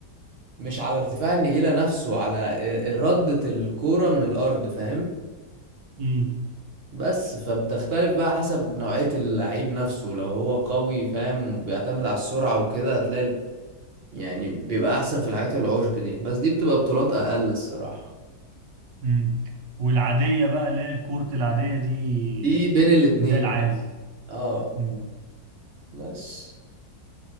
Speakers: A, on the right (about 50°); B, on the right (about 85°).
A: مش على ارتفاع النجيلة نفسه على إ- إ- ردة الكورة من الارض فاهم
B: امم
A: بس فبتختلف بقى حسب نوعية اللعيب نفسه لو هو قوي فاهم وبيعتمد على السرعة وكده هتلاقي الب- يعني بيبقى أحسن في الحاجات العشب دي بس دي بتبقى بطولات أقل الصراحة
B: امم والعادية بقى اللي هي الكورت العادية دي
A: دي بين الاتنين
B: ده العادي
A: اه
B: مم.
A: بس